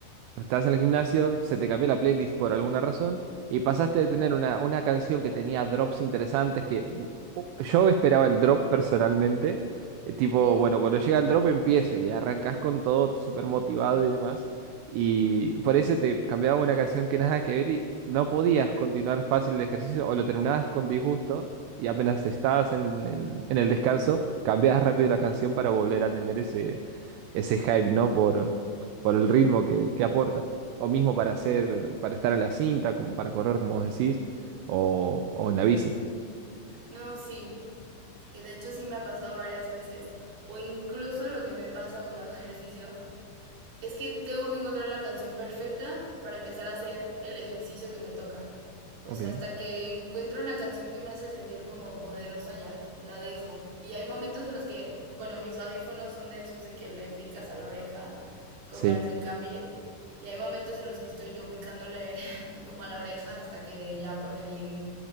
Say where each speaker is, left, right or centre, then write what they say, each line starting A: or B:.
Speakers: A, on the right; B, on the right.
A: Estás en el gimnasio, se te cambió la playlist por alguna razón y pasaste de tener una, una canción que tenía drops interesantes que bu- u- yo esperaba el drop personalmente. eh, Tipo,
B: ujú.
A: bueno, cuando llega el drop empiezo y arrancas con todo súper motivado y demás. Y por eso te cambiaba una canción que nada que ver y no podías continuar fácil el ejercicio o lo terminabas con disgusto y apenas estabas en, en- en el descanso, cambiabas rápido la canción para volver a tener ese, ese hype, ¿no? por el ritmo que, que aporta. O mismo para hacer, para estar en la cinta, como para correr, como vos decís, o, o en la bici.
B: No, sí. Y de hecho sí me ha pasado varias veces. O incluso lo que me pasa cuando hago ejercicio es que tengo que encontrar la canción perfecta para empezar a hacer el ejercicio que me toca. O
A: Ok.
B: sea, hasta que encuentro una canción que me hace sentir como poderosa, ya, la dejo. Y hay momentos en los que, bueno, mis audífonos son de esos de que le picas a la oreja, como
A: Sí,
B: para que se cambie. Y hay momentos en los que estoy yo picándole <laughs> como a la oreja hasta que ya por fin